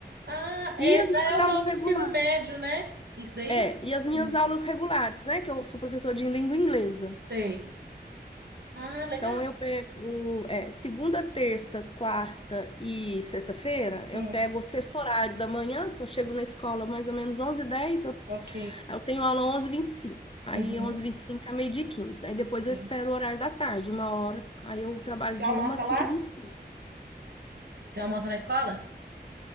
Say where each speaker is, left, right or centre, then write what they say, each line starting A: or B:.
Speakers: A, on the right; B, on the left.
A: Ah, é,
B: E as
A: já
B: minhas
A: é o
B: aulas
A: novo
B: regulares.
A: ensino médio, né? Isso daí?
B: É, e as minhas
A: Hum,
B: aulas regulares, né? Que eu sou professora de língua inglesa.
A: sei. Ah, legal.
B: Então, eu pego, é, segunda, terça, quarta e sexta-feira, eu
A: Hum,
B: pego o sexto horário da manhã, que eu chego na escola mais ou menos onze h 10 eu,
A: ok.
B: eu tenho aula onze e vinte e cinco Aí,
A: Uhum,
B: onze e vinte e cinco a meio-dia e 15. Aí, depois eu
A: sei.
B: espero o horário da tarde, uma hora. Aí, eu trabalho
A: Você
B: de
A: almoça
B: uma às
A: lá?
B: cinco e vinte e cinco
A: Você almoça na escola?